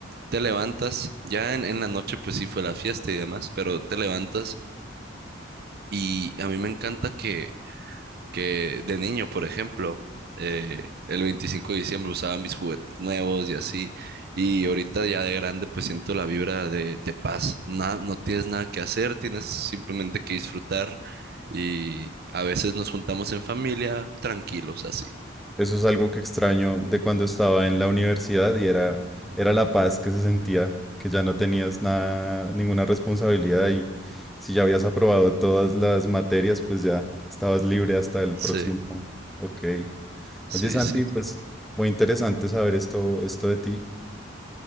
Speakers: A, on the right; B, in the centre.
A: te levantas, ya en, en la noche pues sí fue la fiesta y demás, pero te levantas y a mí me encanta que, que de niño, por ejemplo, eh, el 25 de diciembre usaba mis juguetes nuevos y así, y ahorita ya de grande pues siento la vibra de, de paz, Na- no tienes nada que hacer, tienes simplemente que disfrutar y a veces nos juntamos en familia tranquilos así.
B: Eso es algo que extraño de cuando estaba en la universidad y era, era la paz que se sentía, que ya no tenías nada, ninguna responsabilidad y si ya habías aprobado todas las materias, pues ya estabas libre hasta el
A: Sí,
B: próximo. Ok.
A: sí,
B: Oye, Santi,
A: sí.
B: pues muy interesante saber esto, esto de ti.